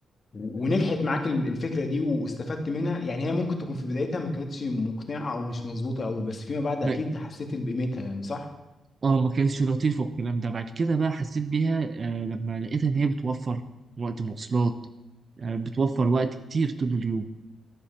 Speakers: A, on the left (about 35°); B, on the right (about 35°).
A: ونجحت معاك ال- الفكره دي واستفدت منها يعني هي ممكن تكون في بدايتها ما كانتش مقنعه او مش مظبوطه قوي بس فيما بعد
B: ما-
A: اكيد حسيت بقيمتها يعني صح
B: اه ما كانتش لطيفه والكلام ده بعد كده بقى حسيت بيها آه لما لقيتها ان هي بتوفر وقت مواصلات آه بتوفر وقت كتير طول اليوم